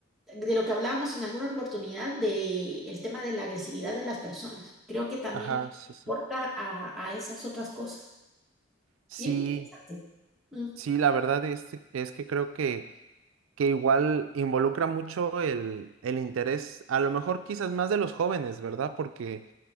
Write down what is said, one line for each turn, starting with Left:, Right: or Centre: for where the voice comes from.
Centre: de lo que hablábamos en alguna oportunidad, de el tema de la agresividad de las personas. Creo que también
Right: Ajá, sí, sí.
Centre: aporta a, a esas otras cosas.
Right: Sí,
Centre: Bien interesante. Mm,
Right: sí, la verdad es, es que creo que que igual involucra mucho el, el interés, a lo mejor quizás más de los jóvenes, ¿verdad? Porque